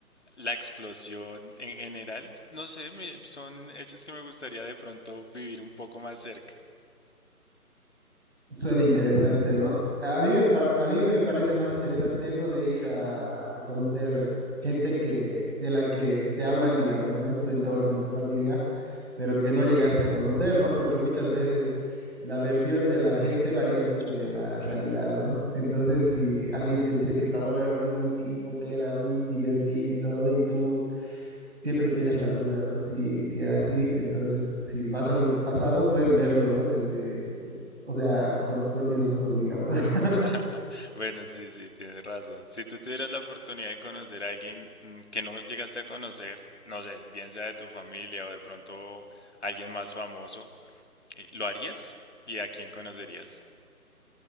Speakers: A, on the left (about 45°); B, in the centre.
A: la explosión en general, no sé, me- son hechos que me gustaría de pronto vivir un poco más cerca.
B: Suena interesante, ¿no? A mí me, pa- a mí me parece más interesante eso de ir a, a conocer gente que, de la que te hablan, digamos, ¿no? En tu entorno, en tu familia, pero que no llegaste a conocer, ¿no? Porque muchas veces la versión de la gente varía mucho de la realidad, ¿no? Entonces, si alguien te dice que tu abuelo era muy buen tipo, que era muy divertido y todo, y tú siempre tienes la duda, ¿no? Si, si era así, entonces si vas al pasado, puedes verlo, ¿no? Desde, o sea, con tus propios ojos, digamos. <laughs>
A: <laughs> Bueno, sí, sí, tienes razón. Si tú tuvieras la oportunidad de conocer a alguien mm, que no llegaste a conocer, no sé, bien sea de tu familia o de pronto alguien más famoso, eh, ¿lo harías? ¿Y a quién conocerías?